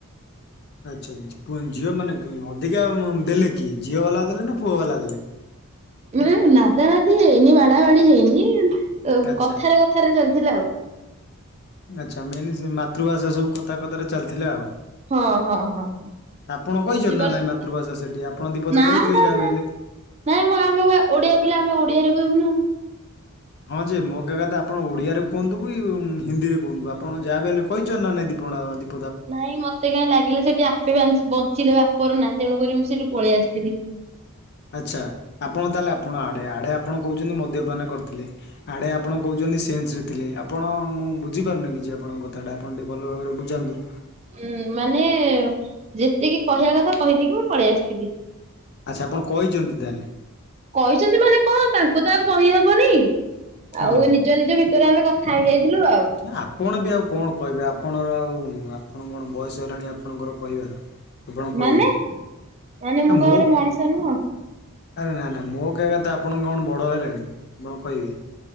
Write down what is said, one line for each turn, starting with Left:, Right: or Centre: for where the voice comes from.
Left: ଆଛା ଆଛା ଝିଅ ମାନେ ଅଧିକା ଦେଲେ କିଏ ଝିଅବାଲା ଦେଲେ ନା ପୁଅବାଲା ଦେଲେ?
Right: ନା ନାଦାନାଦି ହେଇନି ବାଡାବାଢି ହେଇନି
Left: ଆଚ୍ଛା
Right: କଥାରେ କଥାରେ ଚାଲିଥିଲା ଆଉ
Left: ଆଚ୍ଛା ମେନ୍‌ ମାତୃଭାଷା ସବୁ କଥା କଥାରେ ଚାଲିଥିଲା ଆଉ।
Right: ହଁ ହଁ ହଁ।
Left: ଆପଣ କହିଛନ୍ତି
Right: ବୁଝିପାରୁଛନ୍ତି
Left: ନା ନାଇଁ ମାତୃଭାଷା ସେଠି ଆପଣ ଦୀପଦ
Right: ନା
Left: ତ କହିଥିବେ
Right: ନା
Left: ଯାହା
Right: ନା
Left: ବି ହେଲେ।
Right: ନାଇଁ ମୁଁ ଆମେ ଓଡିଆ ପିଲା ଆମେ ଓଡିଆରେ କହିବୁ ନାଉ।
Left: ହଁ ଯେ ମୋ କହିବା କଥା ଆପଣ ଓଡିଆରେ କୁହନ୍ତୁ କି ହିନ୍ଦୀରେ କୁହନ୍ତୁ ଆପଣ ଯାହା ଭି ହେଲେ କହିଛନ୍ତି ନା ନାଇଁ ଦୀପଣ ଦି
Right: ନାଇଁ ମତେ କାହିଁ ଲାଗିଲା ସେଠି ଆପେ ବଞ୍ଚିଲେ ବାପର ନା ତେଣୁକରି ମୁଁ ସେଠୁ ପଳେଇ ଆସିଥିଲି।
Left: ଆଚ୍ଛା ଆପଣ ତାହେଲେ ଆପଣ ଆଡ଼େ ଆଡ଼େ ଆପଣ କହୁଛନ୍ତି ମଦ୍ୟପାନ କରିଥିଲେ। ଆଡ଼େ ଆପଣ କହୁଛନ୍ତି ସେନ୍ସରେ ଥିଲେ ଆପଣ ମୁଁ ବୁଝିପାରୁନି କିଛି ଆପଣଙ୍କ କଥାଟା ଆପଣ ଟିକେ ଭଲ ଭାବରେ ବୁଝାନ୍ତୁ।
Right: ଉଁ ମାନେ ଯେତିକି କହିବା କଥା କହିଦେଇକି ମୁଁ ପଳେଇ ଆସିଥିଲି।
Left: ଆଚ୍ଛା ଆପଣ କହିଛନ୍ତି ତାହେଲେ?
Right: କହିଛନ୍ତି ମାନେ କଣ ତାଙ୍କୁ ତ ଆଉ କହିହବନି।
Left: ହଁ।
Right: ଆଉ ନିଜ ନିଜ ଭିତରେ ଆମେ କଥା ହେଇଯାଇଥିଲୁ ଆଉ।
Left: ନା ଆପଣ ବି ଆଉ କଣ କହିବେ ଆପଣର ଆଉ ଆପଣ କଣ ବୟସ ହେଲାଣି ଆପଣଙ୍କର କହିବାର। ଆପଣ କହିବେ।
Right: ମାନେ ମାନେ ମୁଁ
Left: ମୋ
Right: କଣ ଗୋଟେ ମଣିଷ ନୁହଁ।
Left: ଆରେ ନା ନା ମୋ କହିବା ଆପଣଙ୍କ କଣ ବଡ଼ ହେଲାଣି ଆପଣ କହିବେ।